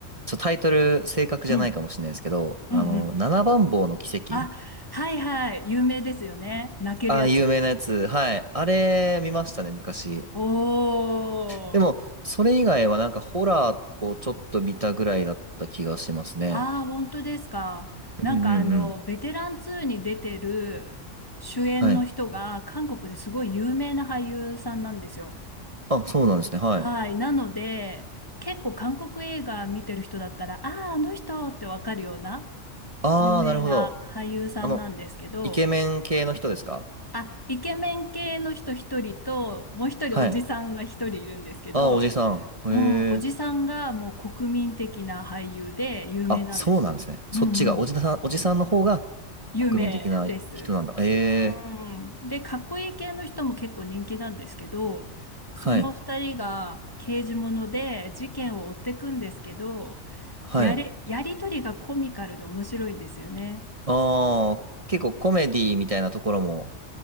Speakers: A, on the right; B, on the left.
A: ちょ、タイトル正確じゃないかもしれないですけど、
B: うん。
A: あの、
B: うんうん。
A: 七番坊の奇跡
B: あ、はいはい。有名ですよね。泣けるやつ。
A: あ、有名なやつ。はい。あれ、見ましたね、昔。
B: おー。
A: でも、それ以外はなんかホラーをちょっと見たぐらいだった気がしますね。
B: ああ、本当ですか。
A: うんうんうん。
B: なんかあの、ベテラン2に出てる主演の人が韓国ですごい有名な俳優さんなんですよ。
A: はい。あ、そうなんですね。はい。
B: はい。なので、結構韓国映画見てる人だったら、ああ、あの人ってわかるような
A: ああ、
B: 有名な俳優さんなんですけど、
A: なるほど。あの、イケメン系の人ですか
B: あ、イケメン系の人一人と、もう一人おじさんが一人いるんですけど、
A: はい。ああ、おじさん。へえ。
B: うん、おじさんがもう国民的な俳優で有名なんです。
A: あ、そうなんですね。そっちが、
B: うんうん。
A: おじさん、おじさんの方が
B: 有名です。
A: 国民的な人なんだ。え
B: う
A: え。
B: ん。で、かっこいい系の人も結構人気なんですけど、その二人が刑事もので事件を追っていくんですけど、
A: はい。はい。
B: やり、やりとりがコミカルで面白いんですよね。
A: ああ、結構コメディみたいなところも